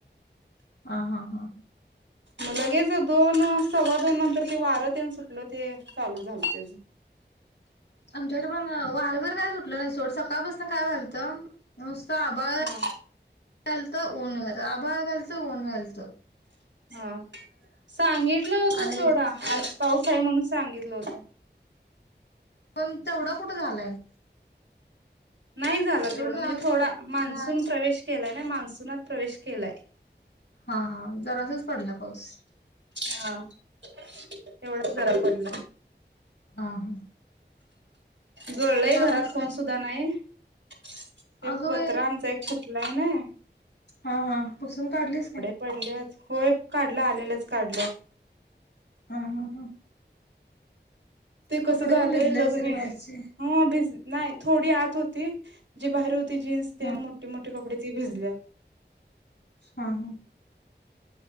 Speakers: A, on the left; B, on the right.
A: ह हा हा.
B: मग लगेच दोन सव्वा दोन नंतर ते वार तेन सुटलं ते चालू झालं त्याच
A: आमच्याकडे पण वारं बीर काय सुटलं नाही सोड सकाळपासून काय व्हायलत. नुसतं आभाळ
B: हा
A: यालत ऊन व्यालत आभाळ व्यालत ऊन व्यालत
B: हा सांगितलं होतं
A: आणि
B: सोडा आज पाऊस आहे म्हणून सांगितलं होतं.
A: पण तेवढा कुठे झालाय.
B: नाही झाला
A: एवढं
B: तेवढं
A: झालं
B: म्हणजे थोडा
A: नाही बघ
B: मान्सून
A: नाही
B: प्रवेश केलाय नाय मान्सूनात प्रवेश केलाय.
A: हा हा जरासच पडला पाऊस.
B: हा तेवढाच जरा पडला.
A: हा हा.
B: गळलंय
A: काय
B: घरात
A: म्हणते सांग
B: कोण सुुद्धा नाही ते
A: अगं
B: पत्रा
A: बाई
B: आमचा एक फुटलाय आहेना
A: हा हा पुसून काढलीस काय?
B: पडल्यात होय काढला आलेलंच काढल
A: हं हं हा.
B: ते कसं
A: कपडे
B: झालंय
A: पण भिजले
B: लग्न
A: असेल
B: हे
A: बाहेरचे
B: आ भिज नाही थोडी आत होती. जे बाहेर होते जीन्स तेन
A: हा
B: मोठे मोठे कपडे ते भिजल्यात.
A: हा हा.